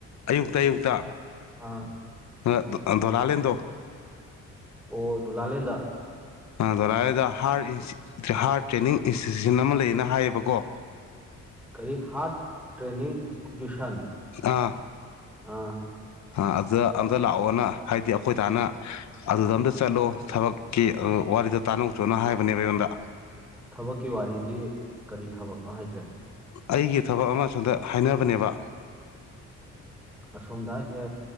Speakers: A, on the left; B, in the centre.
A: ꯑꯌꯨꯛꯇ ꯑꯌꯨꯛꯇ
B: ꯑꯥ
A: ꯂꯥ ꯗꯣꯂꯥꯔꯦꯜꯗꯣ
B: ꯑꯣ ꯗꯣꯂꯥꯂꯦꯟꯗ
A: ꯗꯣꯂꯥꯏꯗ ꯍꯥꯔꯠ ꯍꯥꯔꯠ ꯇ꯭ꯔꯦꯅꯤꯡ ꯏꯟꯁꯇꯤꯇ꯭ꯌꯨꯁꯟ ꯑꯃ ꯂꯩꯌꯦꯅ ꯍꯥꯏꯌꯦꯕꯀꯣ
B: ꯀꯔꯤ ꯍꯥꯔꯠ ꯇ꯭ꯔꯦꯅꯤꯡ ꯏꯟꯁꯇꯤꯇ꯭ꯌꯨꯁꯟ
A: ꯑꯥ
B: ꯑꯥ
A: ꯑ ꯑꯗꯨꯗ ꯑꯗ ꯂꯥꯛꯑꯣꯅ ꯍꯥꯏꯗꯤ ꯑꯩꯈꯣꯏ ꯗꯥꯅ ꯑꯗꯨꯗ ꯑꯝꯇ ꯆꯠꯂꯣ ꯊꯕꯛꯀꯤ ꯑꯗꯨ ꯋꯥꯔꯤꯗꯣ ꯇꯥꯅ ꯆꯨꯅ ꯍꯥꯏꯕꯅꯦꯕ ꯑꯩꯉꯣꯟꯗ
B: ꯊꯕꯛꯀꯤ ꯋꯥꯔꯤꯗꯤ ꯀꯔꯤ ꯊꯕꯛꯅꯣ ꯍꯥꯏꯁꯦ
A: ꯑꯩꯒꯤ ꯊꯕꯛ ꯑꯃ ꯁꯣꯝꯗ ꯍꯥꯏꯅꯕꯅꯦꯕ
B: ꯑꯁꯣꯝꯗ ꯍꯥꯏꯁꯦ